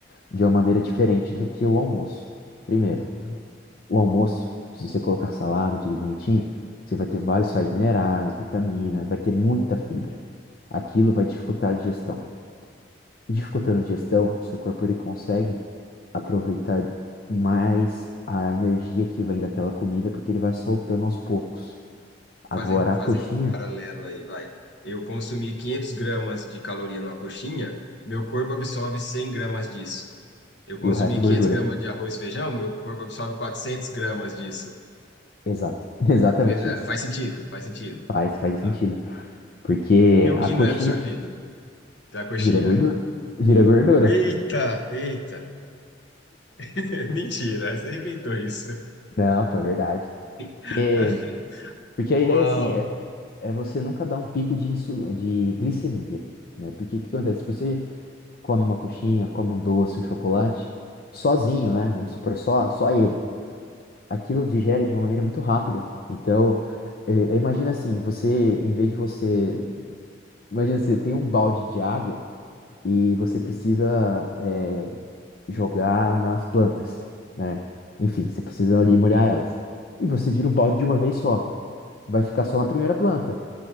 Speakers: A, on the left (about 50°); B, on the left (about 65°).
A: de uma maneira diferente do que o almoço. Primeiro,
B: Ah.
A: o almoço, se você colocar salada, tudo bonitinho, você vai ter vários sais minerais, vitamina, vai ter muita fibra. Aquilo vai dificultar a digestão. Dificultando a digestão, o seu corpo ele consegue aproveitar mais a energia que vem daquela comida, porque ele vai soltando aos poucos.
B: Fazendo,
A: Agora
B: fazendo
A: a coxinha
B: um paralelo aí, vai. Eu consumi 500 gramas de caloria numa coxinha, meu corpo absorve 100 gramas disso. Eu consumi
A: e o resto
B: 500
A: gordura.
B: gramas de arroz e feijão, meu corpo absorve 400 gramas disso.
A: Exato. <laughs> Exatamente
B: Fe- eh,
A: isso.
B: Faz sentido, faz sentido.
A: Faz, faz sentido.
B: Ah.
A: Porque
B: E o
A: a
B: que
A: coxinha
B: não é absorvido da coxinha?
A: vira gordura. Vira gordura.
B: Eita, eita. <laughs> Mentira, você inventou isso.
A: Não, pô, é verdade.
B: <laughs>
A: Porque, porque
B: Uau.
A: a ideia, assim, é, é você nunca dar um pico de, insu, de glicemia, né? Porque o que acontece? Se você come uma coxinha, come um doce, um chocolate, sozinho, né? Vamos supor, só, só ele. Aquilo digere de uma maneira muito rápida. Então, eh, imagina assim, você, em vez de você... Imagina, você tem um balde de água, e você precisa é, jogar nas plantas, né? Enfim, você precisa ali molhar elas. E você vira o balde de uma vez só. Vai ficar só na primeira planta.